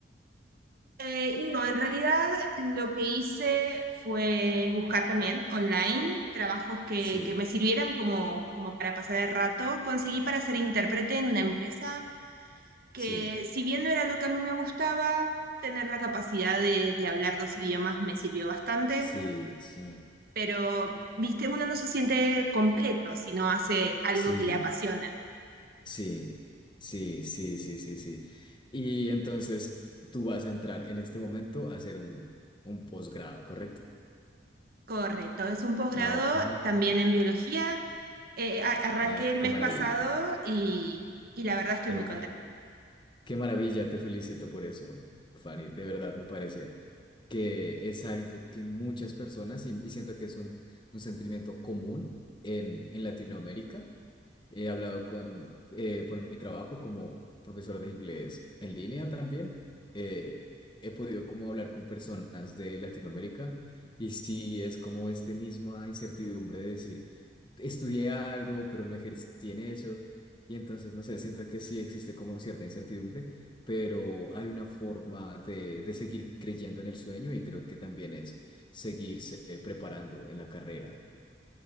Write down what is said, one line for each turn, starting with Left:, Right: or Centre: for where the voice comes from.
Right: Eh, no, en realidad lo que hice fue buscar también online trabajos que,
Left: Sí,
Right: que me sirvieran como, como para pasar el rato. Conseguí para ser intérprete en una empresa que
Left: sí,
Right: si bien no era lo que a mí me gustaba, tener la capacidad de, de hablar dos idiomas me sirvió bastante,
Left: sí, sí,
Right: pero, viste, uno no se siente completo si no hace algo
Left: sí,
Right: que le apasiona.
Left: sí, sí, sí, sí, sí, sí. Y entonces tú vas a entrar en este momento a hacer un, un posgrado, ¿correcto?
Right: Correcto, es un posgrado
Left: Ah, Ok,
Right: también en biología. Eh, eh, a- arranqué
Left: ah,
Right: el mes
Left: qué maravilla.
Right: pasado y, y la verdad estoy
Left: Epa.
Right: muy contenta.
Left: Qué maravilla, te felicito por eso, Fanny. De verdad, me parece que es algo que muchas personas, y, y siento que es un, un sentimiento común en, en Latinoamérica, He hablado con, eh, por mi trabajo como profesor de inglés en línea también, eh, he podido como hablar con personas de Latinoamérica y sí es como esta misma incertidumbre de decir, estudié algo, pero no ejercí en eso. Y entonces, no sé, siento que sí existe como cierta incertidumbre, pero hay una forma de, de seguir creyendo en el sueño y creo que también es seguirse preparando en la carrera